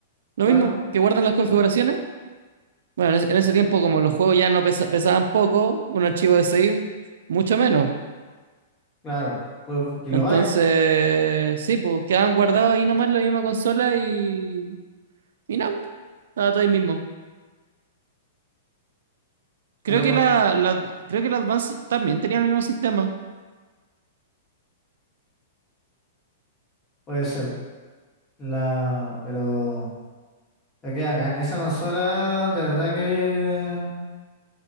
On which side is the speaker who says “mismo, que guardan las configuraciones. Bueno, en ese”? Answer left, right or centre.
Right